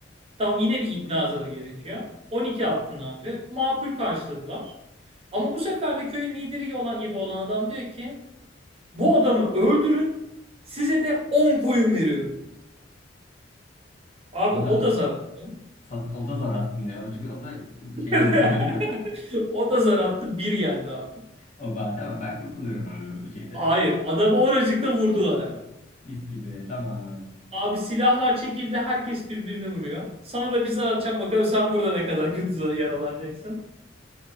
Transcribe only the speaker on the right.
Tamam yine bir ikna zarı gerekiyor. 12
attın abi. Makul karşıladılar. Ama bu sefer de köyün lideri olan gibi olan adam diyor ki bu adamı öldürün size de 10 koyun veriyorum. Abi
o
da
zararlı.
<laughs>
O da zar attı bir geldi abi.
Hayır. Adamı oracıkta vurdular hemen.
Abi silahlar çekildi. Herkes birbirini vuruyor. Sana da bir zar atacağım. Bakalım sen burada ne kadar kötü zar- yaralanacaksın.